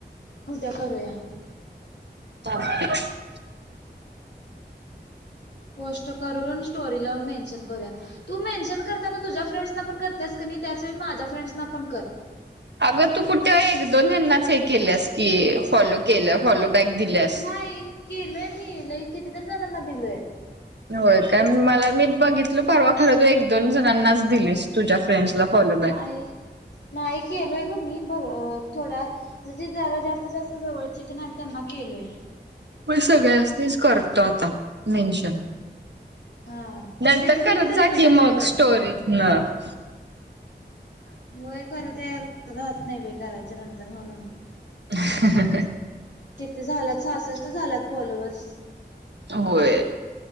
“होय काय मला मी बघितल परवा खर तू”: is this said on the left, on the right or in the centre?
Right